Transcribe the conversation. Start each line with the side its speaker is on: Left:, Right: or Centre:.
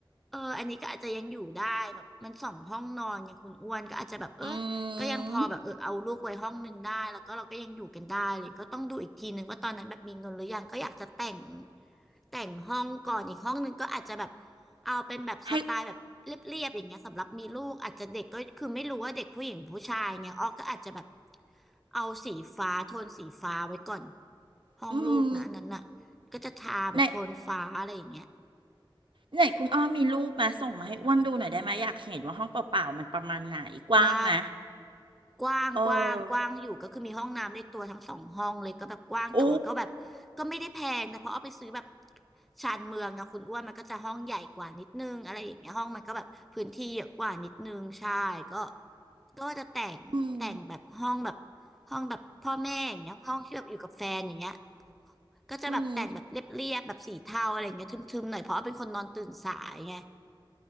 Centre: เอออันนี้ก็อาจจะยังอยู่ได้แบบมันสองห้องนอนไงคุณอ้วนก็อาจจะแบบเออ
Right: อื
Centre: ก็ยังพอแบบเออเอาลูกไว้ห้องหนึ่งได้แล้วก็เราก็ยังอยู่กันได้เลยก็ต้องดูอีกทีนึงว่าตอนนั้นแบบมีเงินหรือยังก็อยากจะแต่ง
Right: ม
Centre: แต่งห้องก่อนอีกห้องหนึ่งก็อาจจะแบบเอาเป็นแบบสไตล์แบบ
Right: ให้
Centre: เรียบๆอย่างเงี้ยสำหรับมีลูกอาจจะเด็กก็คือไม่รู้ว่าเด็กผู้หญิงผู้ชายเงี้ยอ้อก็อาจจะแบบเอาสีฟ้าโทนสีฟ้าไว้ก่อนห้องลูกนะอันนั้นน่ะ
Right: อืม
Centre: ก็จะทาแบบโทนฟ้าอะไรอย่างเงี้ย
Right: ใน ไหนคุณอ้อมีรูปมาส่งมาให้อ้วนดูหน่อยได้ไหมอยากเห็นว่าห้องเปล่าๆมันประมาณไหนกว้างไหม
Centre: ได้กว้างกว้างกว้างอยู่ก็คือมีห้องน้ำเลขตัวทั้งสองห้องเลยก็แบบกว้างแต่ว่าก็แบบก็ไม่ได้แพงนะเพราะเอาไปซื้อแบบ
Right: เออโอ้
Centre: ชานเมืองอะคุณอ้วนมันก็จะห้องใหญ่กว่านิดนึงอะไรอย่างเงี้ยห้องมันก็แบบพื้นที่เยอะกว่านิดนึงใช่ก็ก็จะแต่งแต่งแบบห้องแบบ
Right: อืม
Centre: ห้องแบบพ่อแม่อย่างเงี้ยห้องที่แบบอยู่กับแฟนอย่างเงี้ยก็จะแบบแต่งแบบเรียบๆแบบสีเทาอะไรอย่างเงี้ยทึมๆหน่อยเพราะว่าเป็นคนนอนตื่นสายไง
Right: อืม